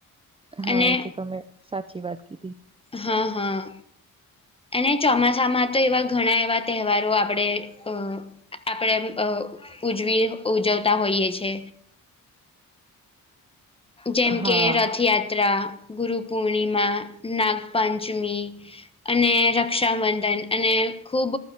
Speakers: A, on the right; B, on the left.
A: હા
B: અને
A: એ તો તમે સાચી વાત કીધી.
B: હા હા. અને ચોમાસામાં તો એવા ઘણા એવા તહેવારો આપણે અ આપણે. ઉજવી ઉજવતા હોઈએ છે. જેમ
A: હા
B: કે રથયાત્રા ગુરુપૂર્ણિમા નાગપંચમી. અને રક્ષાબંધન અને ખૂબ